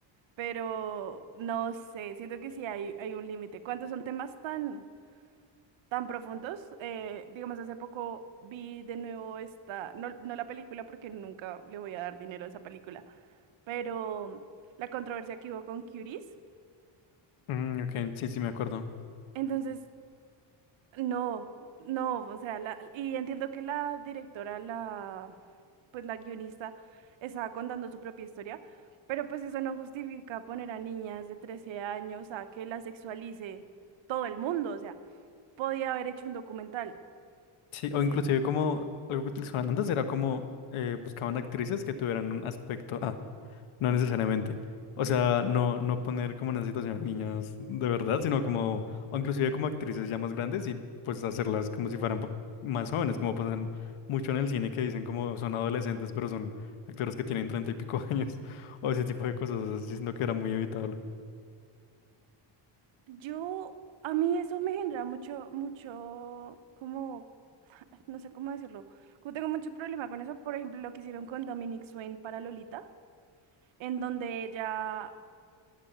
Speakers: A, on the right; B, on the left.
A: pero no sé, siento que sí hay, hay un límite. Cuando son temas tan, tan profundos, eh, digamos, hace poco vi de nuevo esta, no, no la película porque nunca le voy a dar dinero a esa película, pero la controversia que hubo con Curies.
B: Mm, ok, sí, sí, me acuerdo.
A: Entonces No, no, o sea, la, y entiendo que la directora, la, pues la guionista, estaba contando su propia historia, pero pues eso no justifica poner a niñas de 13 años a que la sexualice todo el mundo, o sea, podía haber hecho un documental.
B: Sí,
A: Y
B: o
A: si-
B: inclusive como algo que utilizaban antes era como eh, buscaban actrices que tuvieran un aspecto. ah No necesariamente. O sea, no, no poner como en una situación a niñas de verdad, sino como, o inclusive como actrices ya más grandes y pues hacerlas como si fueran po- más jóvenes, como pasan mucho en el cine que dicen como son adolescentes, pero son actores que tienen treinta y pico <laughs> años, o ese tipo de cosas, o sea, sí siento que era muy evitable.
A: yo, a mí eso me genera mucho, mucho, como, <sighs> <laughs> no sé cómo decirlo, como tengo mucho problema con eso, por ejemplo, lo que hicieron con Dominic Swain para Lolita en donde ella